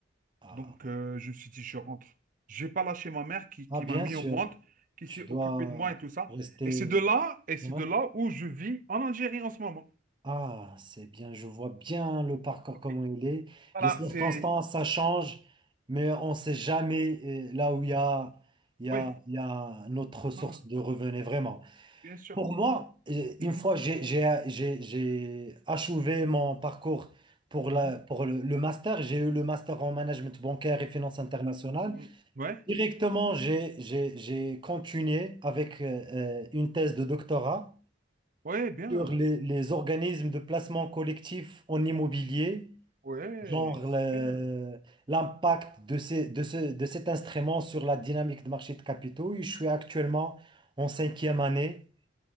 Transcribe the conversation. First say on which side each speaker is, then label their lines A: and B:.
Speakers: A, on the right; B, on the right.
A: ah.
B: Donc, euh, je me suis dit, je rentre. Je vais pas lâcher ma mère qui,
A: Ah,
B: qui
A: bien
B: m'a mis
A: sûr,
B: au monde, qui
A: tu
B: s'est
A: dois
B: occupée de moi et tout ça.
A: rester.
B: Et c'est de là, et c'est
A: ouais.
B: de là où je vis en Algérie en ce moment.
A: Ah, c'est bien, je vois bien le parcours
B: Ok.
A: comment il est.
B: Voilà,
A: Les circonstances,
B: c'est...
A: ça change, mais on ne sait jamais euh, là où il y a, il y
B: Oui,
A: a, il y a notre source
B: voilà,
A: de revenus, vraiment.
B: bien sûr.
A: Pour moi, euh,
B: Mhm,
A: une fois j'ai j'ai- j'ai- j'ai achevé mon parcours pour,
B: mhm,
A: la, pour le, le master, j'ai eu le master en management bancaire et finances internationales.
B: mhm. Ouais,
A: Directement, j'ai j'ai- j'ai continué avec euh, euh, une thèse de doctorat
B: ouais, bien.
A: sur les, les organismes de placement collectif en immobilier,
B: Ouais,
A: genre
B: c'est
A: le-
B: bien.
A: l'impact de, ces- de, ce- de cet instrument sur la dynamique de marché de capitaux. Je suis actuellement en cinquième année